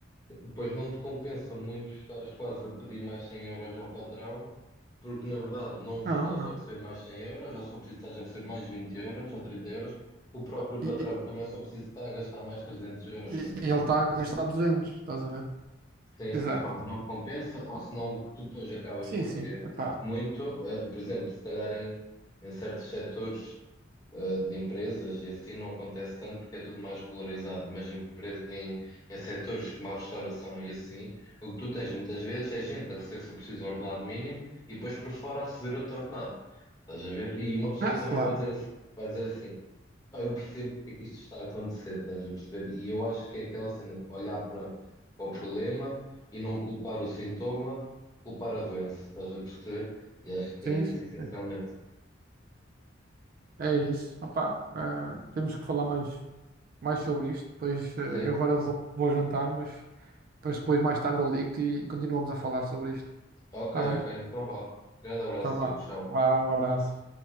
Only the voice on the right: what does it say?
Não, não.
E, e-
e-
e ele está a gastar 200, estás a ver?
Exato.
Sim,
sim.
Epá.
Ah,
claro.
Sim,
sim.
É isso. Opá, eh, temos que falar mais, mais sobre isto. Depois,
eh, eu agora vou, vou jantar, mas depois, depois mais tarde eu ligo-te e continuamos a falar sobre isto.
Está bem?
Então vá.
Vá, um abraço.